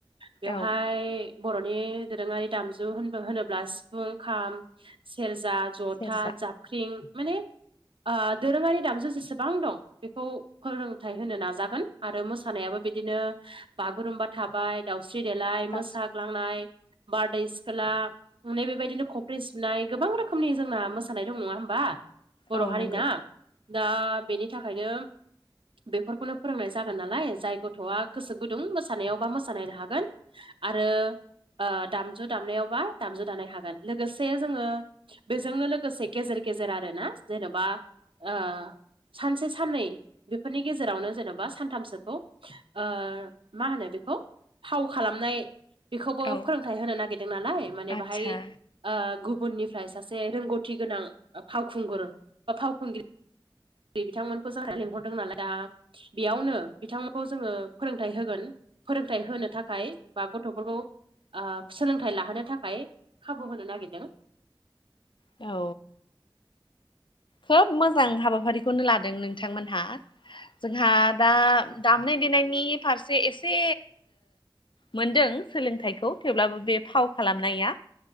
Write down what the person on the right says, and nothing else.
बेवहाय
बर'नि दोरोङारि दामजु होन-होनोब्ला सिफुं, खाम सेरजा, जथा,
जाबख्रिं माने दोरोङारि दामजों जेसेबां दं बेखौ फोरोंथाइ होनो नाजागोन। आरो मोसानायाबो बिदिनो बागुरुमबा थाबाय दाउस्रि देलाय,
मोसाग्लांनाय, बारदै सिखोला नै बेबायदिनो कफ्रि सि बनाय गोबां रोखोमनि जोंना मोसानाय दं नङा होमबा बर'
हारिना।
दा बेनि थाखायनो बेफोरखौनो फोरोंनाय जागोन नालाय जाय गथ'आ गोसो गुदुं मोसानायावबा मोसानाय हागोन। आरो ओ दामजु दामनायावबा दामजु दामानाय हागोन। लोगोसे जोङो बेजोंनो लोगोसे गेजेर गेजेर आरोना जेन'बा ओ सानसे साननै बेफोरनि गेजेरावनो जेन'बा सानथामसोखौ ओ मा होनो बेखौ फाव खालामनाय बेखौबो
फोरोंथाइ होनो नागिरदों नालाय माने
बाहाय ओ गुबुननि फ्राय सासे रोंगौथि गोनां फावखुंगुर बा फावखुंग्रि बे बिथांमोनखौ जोंहा लिंहरदों नालाय दा बेयावनो बिथांमोनखौ जोङो फोरोंथाइ होगोन। फोरोंथाइ होनो थाखाय बा गथ'फोरखौ ओ सोलोंथाइ लाहोनो थाखाय खाबु होनो नागिरदों।